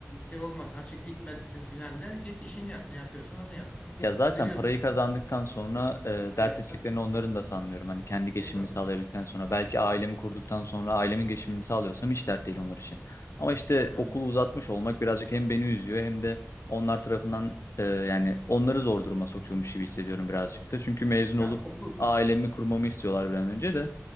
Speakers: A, on the left; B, on the left.
A: e, şey olmasın açık gitmezsin filan de git işini yap ne yapıyorsun onu yap yani.
B: Ya zaten
A: Ne diyorsun?
B: parayı kazandıktan sonra e, dert
A: He,
B: edeceklerini
A: tabii ki.
B: onların da sanmıyorum. Hani kendi geçimimi
A: Eyvallah.
B: sağlayabildikten sonra belki ailemi kurduktan sonra ailemin geçimini sağlıyorsam hiç dert değil onlar için. Ama işte
A: Tamam.
B: okulu uzatmış olmak birazcık hem beni üzüyor hem de onlar tarafından e, yani onları zor duruma sokuyormuş gibi hissediyorum birazcık da. Çünkü mezun
A: Ya
B: olup
A: okul
B: ailemi kurmamı istiyorlar bir an önce de.